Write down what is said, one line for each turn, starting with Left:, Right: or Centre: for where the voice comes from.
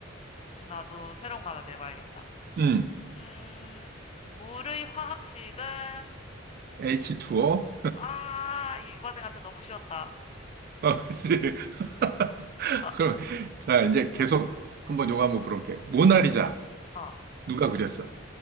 Left: 그럼 나도 새로운 거 하나 내봐야겠다.
Right: 음,
Left: 음, 물의 화학식은,
Right: H2O.
Left: 아, 이과생한테 너무 쉬웠다.
Right: 아, 그치. <laughs>
Left: 아,
Right: 그럼, 자, 이제 계속 한번 요거 한번 물어볼게. 모나리자.
Left: 어 어
Right: 누가 그렸어?